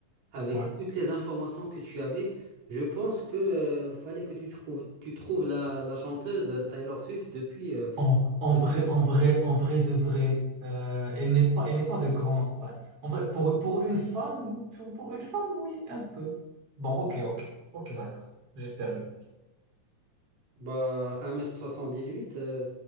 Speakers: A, on the right; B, on the right.
A: Avec
B: Ouais.
A: toutes les informations que tu avais, je pense que euh, fallait que tu trouves, tu trouves la, la chanteuse euh, Taylor Swift depuis, euh,
B: En, en
A: depuis
B: vrai,
A: un-
B: en vrai, en vrai de vrai, euh, elle n'est pas, elle n'est pas de grande taille. En vrai, pour, pour une femme, pour, pour une femme, oui, un peu. Bon, ok, ok, ok, d'accord. J'ai perdu.
A: bah, soixante dix huit euh,